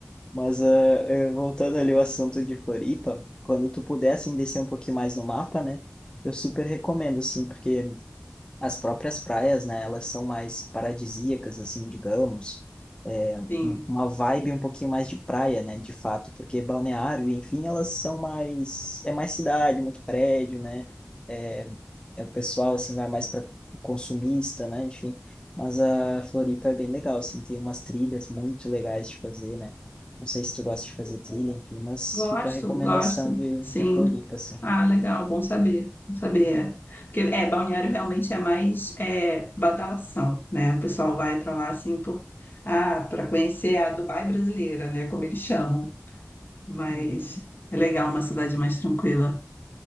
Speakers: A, on the left; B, on the left.
A: Mas eh, eh, voltando ali ao assunto de Floripa, quando tu puder, assim, descer um pouquinho mais no mapa, né? Eu super recomendo, assim, porque as próprias praias, né, elas são mais paradisíacas, assim, digamos, é, um-
B: sim.
A: uma vibe um pouquinho mais de praia, né, de fato, porque balneário, enfim, elas são mais, é mais cidade, muito prédio, né, é, é o pessoal, assim, vai mais para consumista, né, enfim, mas a Floripa é bem legal, assim, tem umas trilhas muito legais de fazer, né, não sei se tu gosta de fazer trilha, enfim, mas
B: Gosto,
A: fica a recomendação
B: gosto,
A: de,
B: sim.
A: de Floripa, assim.
B: Ah, legal, bom saber, bom saber. é. Porque, é, balneário realmente é mais é, badalação, né? O pessoal vai para lá, assim, por... ah, para conhecer a Dubai brasileira, né? Como eles chamam. Mas
A: Uhum.
B: é legal uma cidade mais tranquila.